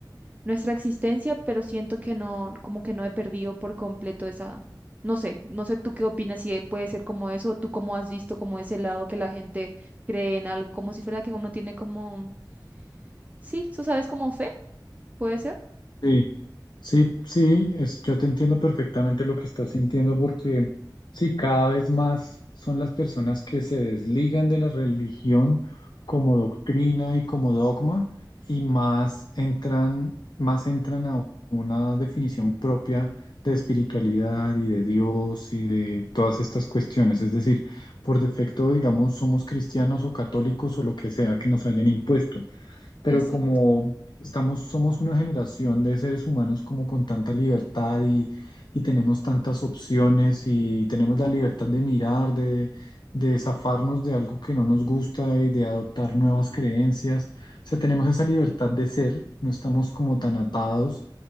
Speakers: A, on the right; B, on the left.
A: nuestra existencia, pero siento que no, como que no he perdido por completo esa, no sé, no sé tú qué opinas si puede ser como eso, o tú cómo has visto como ese lado que la gente cree en algo, como si fuera que uno tiene como, sí, tú sabes, como fe, ¿puede ser?
B: Sí. Sí, sí, es, yo te entiendo perfectamente lo que estás sintiendo porque sí, cada vez más son las personas que se desligan de la religión como doctrina y como dogma y más entran, más entran a una definición propia de espiritualidad y de Dios y de todas estas cuestiones. Es decir, por defecto, digamos, somos cristianos o católicos o lo que sea que nos hayan impuesto pero
A: Exacto.
B: como estamos, somos una generación de seres humanos como con tanta libertad y, y tenemos tantas opciones y tenemos la libertad de mirar, de, de zafarnos de algo que no nos gusta y de adoptar nuevas creencias. O sea, tenemos esa libertad de ser, no estamos como tan atados